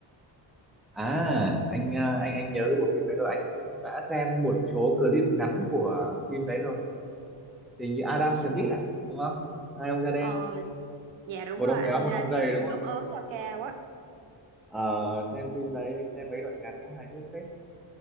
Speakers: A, in the centre; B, on the right (about 75°).
A: À, anh ờ, anh anh nhớ cái bộ phim đấy rồi, anh cũng đã xem một số clip ngắn của bộ phim đấy rồi. Thì như Adam
B: Ừ,
A: Smith
B: dạ.
A: à, đúng không? Hai ông da đen,
B: Ờ, dạ đúng
A: một
B: rồi
A: ông
B: anh
A: béo, một
B: ờ,
A: ông gầy
B: gia đình
A: đúng không?
B: ốm ốm cao cao á
A: Ờ, xem phim đấy anh xem mấy đoạn ngắn cũng hài hước phết.